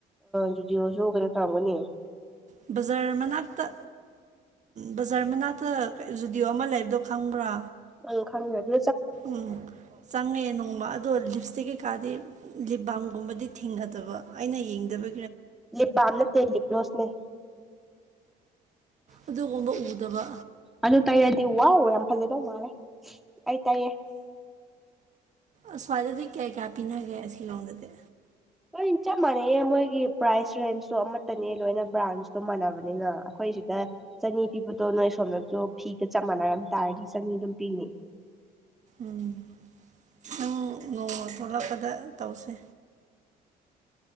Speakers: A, in the centre; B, on the right.
A: ꯖꯨꯗꯤꯑꯣ꯫ ꯁꯨꯒꯅꯦ ꯇꯥꯡꯃꯅꯤ꯫
B: ꯨꯕꯖꯔ ꯃꯅꯥꯛꯇ ꯕꯖꯔ ꯃꯅꯥꯛꯇ꯫ ꯖꯨꯗꯤꯑꯣ ꯑꯃ ꯂꯩꯕꯗꯣ ꯈꯪꯕ꯭ꯔꯥ꯫
A: ꯑꯪ ꯈꯪꯉꯗꯤ꯫
B: ꯎꯝ ꯆꯪꯉꯦ ꯅꯣꯡꯃ ꯑꯗꯣ ꯂꯤꯞꯁ꯫ ꯍꯧꯖꯤꯛ ꯀꯩꯀꯥꯗꯤ ꯂꯤꯞ ꯕꯥꯝꯒꯨꯝꯕꯗꯤ ꯊꯦꯡꯅꯗꯕ ꯑꯩꯅ ꯌꯦꯡꯗꯕ꯫
A: ꯂꯤꯕꯥꯝ ꯅꯠꯇꯦ ꯂꯤꯞ꯭ꯂꯣꯁꯅꯦ꯫
B: ꯑꯗꯨꯒꯨꯝꯕ ꯎꯗꯕ꯫
A: ꯑꯗꯨ ꯇꯩꯔꯗꯤ ꯋꯥꯎ ꯌꯥꯝ ꯐꯖꯗꯧ ꯃꯥꯂꯦ ꯑꯩ ꯇꯩꯌꯦ꯫
B: ꯑꯁ꯭ꯋꯥꯏꯗꯗꯤ ꯀꯌꯥ ꯀꯌꯥ ꯄꯤꯅꯒꯦ ꯑꯁꯤꯂꯣꯝꯗꯗꯤ꯫
A: ꯂꯣꯏ ꯆꯞ ꯃꯥꯟꯅꯩꯌꯦ ꯃꯣꯏꯒꯤ ꯄ꯭ꯔꯥꯏꯁ ꯔꯦꯟꯁꯇꯣ ꯑꯃꯠꯇꯅꯦ ꯂꯣꯏꯅ ꯕ꯭ꯔꯥꯟꯁꯇꯣ ꯃꯥꯟꯅꯕꯅꯤꯅ ꯑꯩꯈꯣꯏꯁꯤ꯫ ꯆꯅꯤ ꯄꯤꯕꯗꯣ ꯅꯣꯏꯁ꯫ ꯑ ꯁꯣꯝꯅꯁꯨ ꯐꯤꯒ ꯆꯞ ꯃꯥꯟꯅꯔꯝ ꯇꯥꯔꯗꯤ ꯆꯅꯤ ꯑꯗꯨꯝ ꯄꯤꯅꯤ꯫
B: ꯎꯝ ꯅꯪ ꯅꯣꯡꯃ ꯊꯣꯛꯂꯛꯄꯗ ꯇꯧꯁꯦ꯫